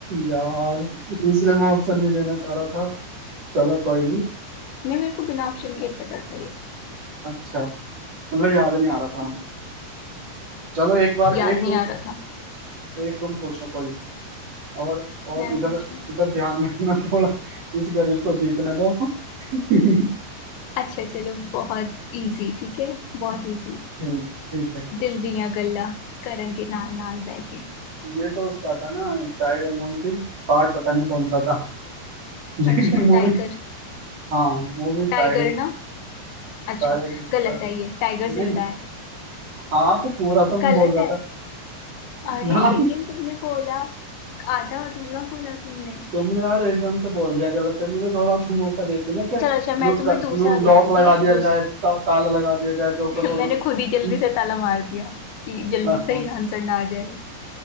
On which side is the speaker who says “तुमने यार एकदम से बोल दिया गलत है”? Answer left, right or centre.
Right